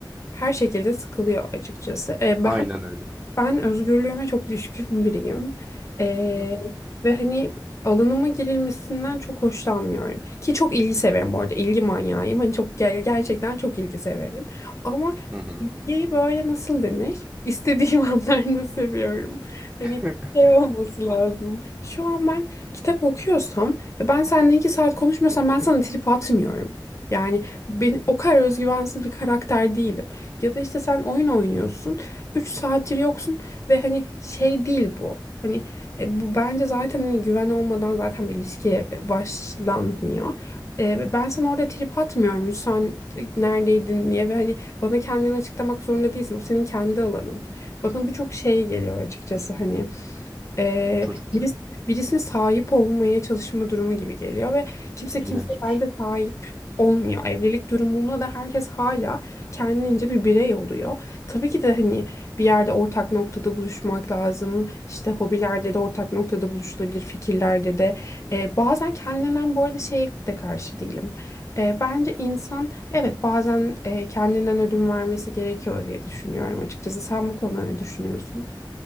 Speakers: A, on the left; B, on the right.
A: her şekilde sıkılıyor açıkçası. E, ben
B: Aynen öyle.
A: ben özgürlüğüme çok düşkün biriyim. Ee,
B: Hı hı.
A: ve hani alanıma girilmesinden çok hoşlanmıyorum. Ki çok ilgi severim bu arada. İlgi manyağıyım. Hani çok ger- gerçekten çok ilgi severim. Ama
B: Hı hı.
A: ilgiyi böyle nasıl denir? İstediğim <laughs> anlarda seviyorum. Hani
B: <laughs>
A: şey olması lazım. Şu an ben kitap okuyorsam ve ben seninle iki saat konuşmuyorsam ben sana trip atmıyorum. Yani ben o kadar özgüvensiz bir karakter değilim. Ya da işte sen oyun oynuyorsun. 3 saattir yoksun ve hani şey değil bu. Hani e, bu bence zaten hani güven olmadan zaten bir ilişkiye e, başlanmıyor. E, ben sana orada trip atmıyorum. Sen e, neredeydin niye ve hani bana kendini açıklamak zorunda değilsin. O senin kendi alanın. Bana bu çok şey geliyor açıkçası hani. Ee,
B: Çocukça.
A: biris- birisine sahip olmaya çalışma durumu gibi geliyor ve kimse
B: İğrenç
A: kimseye
B: bir
A: bence
B: şey.
A: sahip olmuyor. Evlilik durumunda da herkes hala kendince bir birey oluyor. Tabii ki de hani bir yerde ortak noktada buluşmak lazım. İşte hobilerde de ortak noktada buluşulabilir, fikirlerde de. Ee, bazen kendinden bu arada şey de karşı değilim. Ee, bence insan evet bazen e, kendinden ödün vermesi gerekiyor diye düşünüyorum açıkçası. Sen bu konuda ne düşünüyorsun?